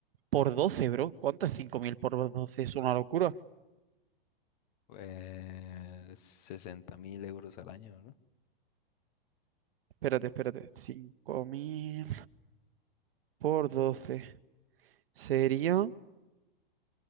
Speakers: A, on the right (about 75°); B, on the left (about 45°).
A: Por doce bro. ¿Cuánto es 5.000 por doce Es una locura.
B: Pues sesenta mil euros al año, ¿no?
A: Espérate, espérate. cinco mil por doce Sería,